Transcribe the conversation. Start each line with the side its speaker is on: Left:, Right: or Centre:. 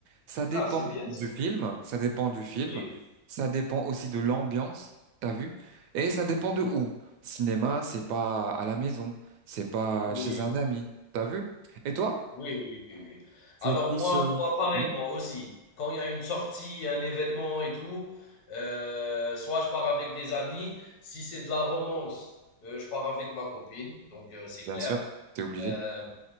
Right: Ça dépend
Left: Ah, c'est bien
Right: du
Left: ça.
Right: film, ça dépend du film,
Left: Oui,
Right: ça dépend aussi de l'ambiance. T'as vu? Et ça dépend de où. Cinéma, c'est pas à la maison, c'est pas
Left: oui.
Right: chez un ami. T'as vu? Et toi?
Left: Oui, oui, oui, oui.
Right: Tu
Left: Alors
Right: es plus
Left: moi
Right: euh,
Left: moi pareil,
Right: Oui,
Left: moi aussi. Quand il y a une sortie, un événement et tout, heu, soit je pars avec des amis, si c'est de la romance, heu, je pars avec ma copine, donc heu, c'est
Right: bien
Left: clair.
Right: sûr, t'es obligé.
Left: Hem,